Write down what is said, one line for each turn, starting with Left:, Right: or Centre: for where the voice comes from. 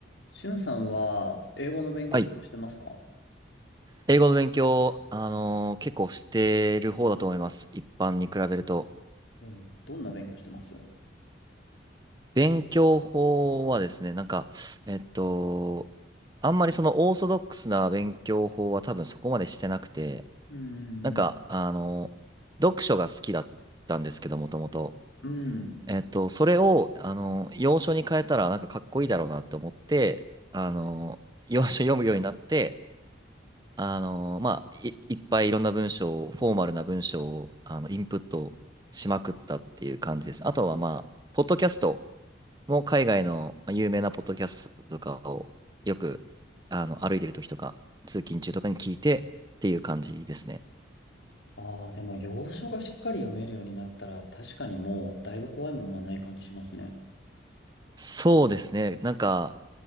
Left: しゅんさんは英語の勉強とかしてますか
Right: はい。英語の勉強、あのー結構してる方だと思います。一般に比べると。
Left: おうどんな勉強してますう
Right: 勉強法はですね、なんか、えっと、あんまりそのオーソドックスな勉強法は多分そこまでしてなくて、
Left: ーん、
Right: なんか、あのー読書が好きだったんですけど、もともと。
Left: うん。
Right: えっと、それを、あのー洋書に変えたらなんかかっこいいだろうなと思って、
Left: はい。
Right: あのー洋書読むようになって、あの、まあ、い、いっぱいいろんな文章を、フォーマルな文章を、あの、インプットしまくったっていう感じです。あとは、まあ、ポッドキャストも海外のまあ有名なポッドキャストとかをよく、あの、歩いてる時とか、通勤中とかに聞いてっていう感じですね。
Left: ああー、でも洋書がしっかり読めるようになったら確かにもうだいぶ怖いものはない感じしますね。
Right: そうですね。なんか、